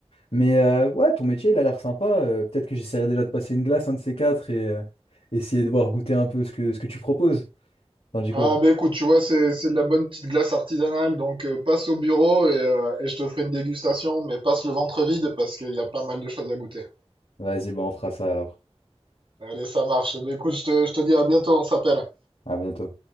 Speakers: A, on the left; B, on the right.
A: Mais euh, ouais, ton métier, il a l'air sympa. Euh, peut-être que j'essaierai déjà de passer une glace, un de ces quatre, et euh, essayer de voir goûter un peu ce que, ce que tu proposes. T'en dis
B: Ah,
A: quoi?
B: bah écoute, tu vois, c'est, c'est de la bonne petite glace artisanale. Donc, euh, passe au bureau et, euh, et je te ferai une dégustation, mais passe le ventre vide parce qu'il y a pas mal de choses à goûter.
A: Vas-y, bon, on fera ça alors.
B: Allez, ça marche. Ben, écoute, je te, je te dis à bientôt, on s'appelle.
A: À bientôt.